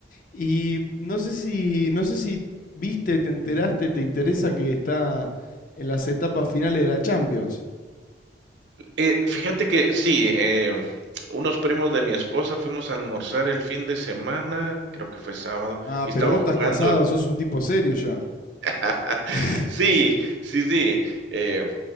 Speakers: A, on the left (about 45°); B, on the right (about 80°).
A: Y no sé si, no sé si viste, te enteraste, te interesa que está en las etapas finales de la Champions.
B: Eh, fíjate que sí, eh, unos primos de mi esposa fuimos a almorzar el fin de semana, creo que fue sábado,
A: Ah,
B: y estaban
A: pero vos estás
B: jugando
A: casado, sos un tipo serio ya.
B: <laughs>
A: <laughs>
B: Sí, sí, sí. Eh,